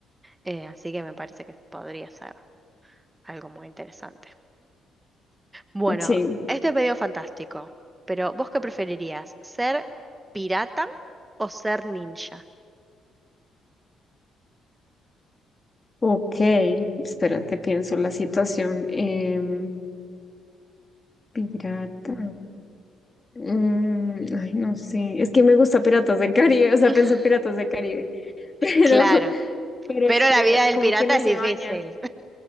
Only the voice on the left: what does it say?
Sí,
ok, espérate, pienso la situación. em, pirata. Mm, ay, no sé, es que me gusta Piratas del Caribe, o sea,
pienso en Piratas del Caribe, <laughs> pero,
pero
es que
como
que no
se
bañan,